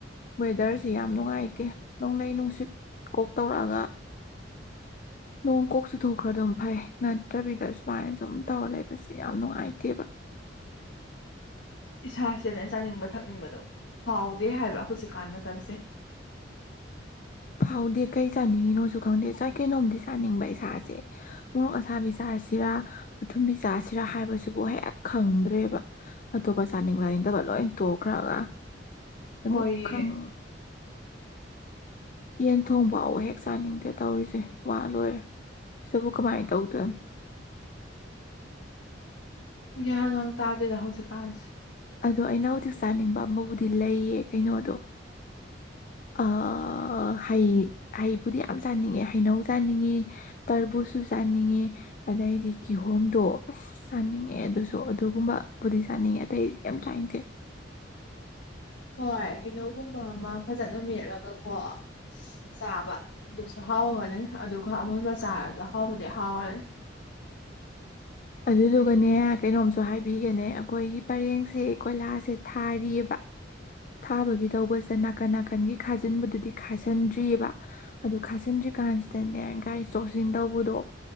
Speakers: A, on the left (about 45°); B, on the left (about 75°).
A: ꯋꯦꯗꯔꯁꯦ ꯌꯥꯝ ꯅꯨꯡꯉꯥꯏꯇꯦ ꯅꯣꯡꯂꯩ ꯅꯨꯡꯁꯤꯠ ꯀꯣꯛ ꯇꯧꯔꯛꯑꯒ ꯅꯣꯡ ꯀꯣꯛ ꯆꯨꯊꯣꯛꯈ꯭ꯔ ꯗꯨꯝ ꯐꯩ ꯅꯠꯇ꯭ꯔꯕꯤꯗ ꯁꯨꯃꯥꯏꯅ ꯁꯨꯝ ꯇꯧꯔ ꯂꯩꯕꯁꯦ ꯌꯥꯝ ꯅꯨꯡꯉꯥꯏꯇꯦꯕ
B: ꯏꯁꯥꯁꯤꯅ ꯆꯥꯅꯤꯡꯕ ꯊꯛꯅꯤꯡꯕꯗꯣ ꯐꯥꯎꯗꯦ ꯍꯥꯏꯕ ꯍꯧꯖꯤꯛꯀꯥꯟ ꯃꯇꯝꯁꯦ
A: ꯐꯥꯎꯗꯦ ꯀꯩ ꯆꯥꯅꯤꯡꯉꯤꯅꯣꯁꯨ ꯈꯪꯗꯦ ꯁꯥꯏ ꯀꯩꯅꯣꯝꯗꯤ ꯆꯥꯅꯤꯡꯕ ꯏꯁꯥꯁꯦ ꯃꯣꯔꯣꯛ ꯑꯁꯥꯕꯤ ꯆꯥꯁꯤꯔꯥ ꯑꯊꯨꯝꯕꯤ ꯆꯥꯁꯤꯔꯥ ꯍꯥꯏꯕꯁꯤꯕꯨ ꯍꯦꯛ ꯈꯪꯗ꯭ꯔꯦꯕ ꯑꯇꯣꯞꯄ ꯆꯥꯅꯤꯡꯕ ꯆꯥꯅꯤꯡꯗꯕ ꯂꯣꯏ ꯇꯣꯛꯈ꯭ꯔꯒ ꯑꯗꫭ
B: ꯍꯣꯏꯌꯦ
A: ꯈꯪ ꯌꯦꯟ ꯊꯣꯡ ꯐꯥꯎꯕ ꯍꯦꯛ ꯆꯥꯅꯤꯡꯗꯦ ꯇꯧꯔꯤꯁꯦ ꯋꯥ ꯂꯣꯏꯔꯦ ꯁꯤꯗꯕꯨ ꯀꯃꯥꯏꯅ ꯇꯧꯗꯣꯏ
B: ꯒꯤꯍꯥꯡ ꯍꯥꯡ ꯇꯥꯗꯦꯗ ꯍꯧꯖꯤꯛ ꯀꯥꯥꯟꯁꯦ
A: ꯑꯗꯣ ꯑꯩꯅ ꯍꯧꯖꯤꯛ ꯆꯥꯅꯤꯡꯕ ꯑꯃꯕꯨꯗꯤ ꯂꯩꯌꯦ ꯀꯩꯅꯣꯗꯣ ꯑ ꯍꯩ ꯍꯩꯕꯨꯗꯤ ꯌꯥꯝ ꯆꯥꯅꯤꯡꯉꯦ ꯍꯩꯅꯧ ꯆꯥꯅꯤꯡꯉꯤ ꯇꯔꯕꯨꯁꯁꯨ ꯆꯥꯅꯤꯡꯉꯤ ꯑꯗꯩꯗꯤ ꯀꯤꯍꯣꯝꯗꯣ ꯑꯁ ꯆꯥꯅꯤꯡꯉꯦ ꯑꯗꯨꯁꯨ ꯑꯗꯨꯒꯨꯝꯕꯕꯨꯗꯤ ꯆꯥꯅꯤꯡꯉꯦ ꯑꯇꯩ ꯌꯥꯝ ꯆꯥꯏꯟꯗꯦ
B: ꯍꯣꯏ ꯍꯩꯅꯧꯒꯨꯝꯕ ꯑꯃ ꯐꯖꯅ ꯃꯦꯠꯂꯒꯀꯣ ꯆꯥꯕ ꯑꯗꯨꯁꯨ ꯍꯥꯎꯒꯅꯤ ꯑꯗꯨꯒ ꯑꯃꯨꯟꯕ ꯆꯥꯔꯁꯨ ꯑꯍꯥꯎꯕꯨꯗꯤ ꯍꯥꯎꯋꯦ
A: ꯑꯗꯨꯗꯨꯒꯅꯦ ꯀꯩꯅꯣꯝꯁꯨ ꯍꯥꯏꯕꯤꯒꯦꯅꯦ ꯑꯩꯈꯣꯏꯒꯤ ꯄꯔꯦꯡꯁꯦ ꯀꯣꯏꯂꯥꯁꯦ ꯊꯥꯔꯤꯑꯕ ꯊꯥꯕꯒꯤ ꯇꯧꯕꯁꯤꯗ ꯅꯥꯀꯟ ꯅꯥꯀꯟꯒꯤ ꯈꯥꯖꯤꯟꯕꯗꯨꯗꯤ ꯈꯥꯖꯤꯟꯗ꯭ꯔꯤꯑꯕ ꯑꯗꯨ ꯈꯥꯖꯤꯟꯗ꯭ꯔꯤꯀꯥꯟꯁꯤꯗꯅꯦ ꯒꯥꯔꯤ ꯆꯊꫭꯛ ꯆꯁꯤꯟ ꯇꯧꯕꯗꯣ